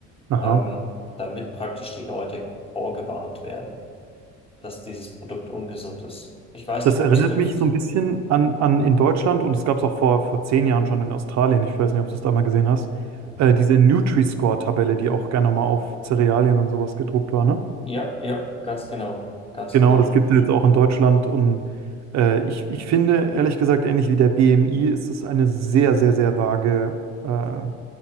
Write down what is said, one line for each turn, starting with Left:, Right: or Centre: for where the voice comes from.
Right: Aha.
Left: ähm, damit praktisch die Leute vorgewarnt werden, dass dieses Produkt ungesund ist. Ich weiß
Right: Das
Left: nicht,
Right: erinnert
Left: ob es hilft.
Right: mich so ein bisschen an, an in Deutschland und es gab es auch vor, vor zehn Jahren schon in Australien, ich weiß nicht, ob du es da mal gesehen hast,
Left: Mhm.
Right: äh, diese Nutri-Score-Tabelle, die auch gerne mal auf Cerealien und sowas gedruckt war, ne?
Left: Ja, ja, ganz genau, ganz
Right: Genau,
Left: genau.
Right: das gibt es jetzt auch in Deutschland und äh, ich, ich finde, ehrlich gesagt, ähnlich wie der BMI ist es eine sehr, sehr, sehr vage äh,